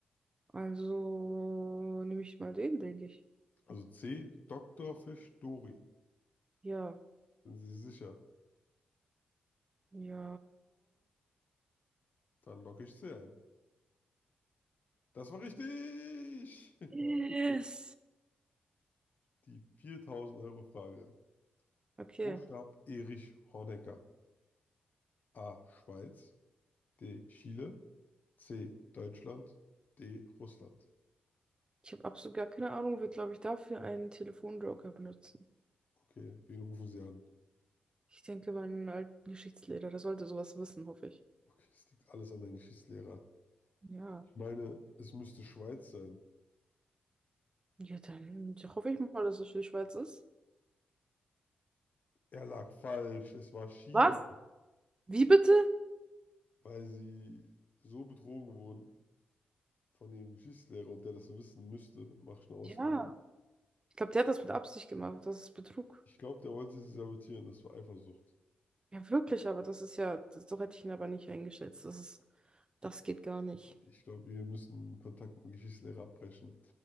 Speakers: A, on the right; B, on the left.
A: Also nehme ich mal den, denke ich.
B: Also C. Doktorfisch Dory.
A: Ja.
B: Sind Sie sicher?
A: Ja.
B: Dann logge ich C ein. Das war richtig! <laughs>
A: Yes.
B: Die 4000-Euro-Frage.
A: Okay.
B: Wo starb Erich Honecker? A. Schweiz. D. Chile. C. Deutschland. D. Russland.
A: Ich habe absolut gar keine Ahnung, wird, glaube ich, dafür einen Telefonjoker benutzen.
B: Okay, wen rufen Sie an?
A: Ich denke, mein alten Geschichtslehrer, der sollte sowas wissen, hoffe ich.
B: Okay, es liegt alles an deinem Geschichtslehrer.
A: Ja.
B: Ich meine, es müsste Schweiz sein.
A: Ja, dann ja, hoffe ich mal, dass es für die Schweiz ist.
B: Er lag falsch. Es war Chile,
A: Was? Wie bitte?
B: weil sie so betrogen wurden von ihrem Geschichtslehrer und der das wissen müsste, mache ich eine Ausnahme.
A: Ja. Ich glaube, der hat das mit Absicht gemacht. Das ist Betrug.
B: Ich glaube, der wollte sie sabotieren. Das war Eifersucht.
A: Ja, wirklich, aber das ist ja, das, so hätte ich ihn aber nicht eingeschätzt. Das ist, das geht gar nicht.
B: Ich glaube, wir müssen Kontakt mit dem Geschichtslehrer abbrechen.